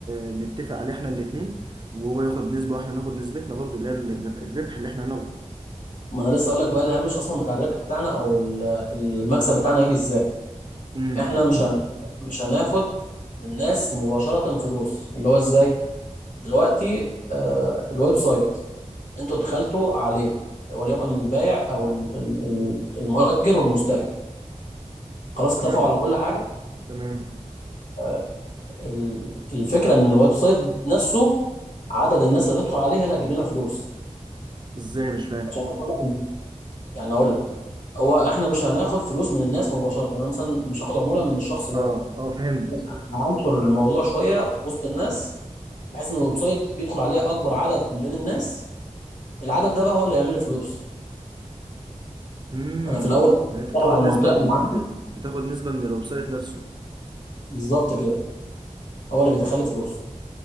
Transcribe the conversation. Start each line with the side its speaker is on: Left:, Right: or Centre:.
Right: آه، نتفق عليه احنا الاتنين وهو ياخد نسبه واحنا ناخد نسبتنا برضو اللي هي الرب- الربح اللي احنا هناخده
Left: ما انا لسه اقول لك بقى الهامش اصلا بتاع الربح بتاعنا او ال- المكسب بتاعنا هيجي ازاي
Right: امم
Left: احنا مش هن... مش هناخد من الناس مباشره فلوس اللي هو ازاي دلوقتي آه الويب سايت انتوا دخلتوا عليه وليكن البائع او ال- ال- ال- المؤجر والمستاجر خلاص
Right: تمام
Left: اتفقوا على كل حاجه
Right: تمام
Left: آه ال- الفكره ان الويب سايت نفسه عدد الناس اللي هتدخل عليه هي اللي هتجيب لنا فلوس
Right: ازاي مش فاهم
Left: عشان كده بقول لك إن- يعني اقول لك هو احنا مش هناخد فلوس من الناس مباشره انا مثلا مش هاخد عموله من الشخص ده
Right: اه اه فهمت
Left: أنا هنشر الموضوع شويه وسط الناس بحيث ان الويب سايت يدخل عليه اكبر عدد من الناس العدد ده بقى هو اللي هيعمل لي فلوس
Right: امم
Left: انا في الاول
Right: يعني انت بتاخد
Left: بشتغل على
Right: نسبة
Left: المنطقه
Right: بت...
Left: اللي عندي
Right: بت- بتاخد نسبة من الويب سايت نفسه
Left: بالظبط كده هو اللي بيدخل لي فلوس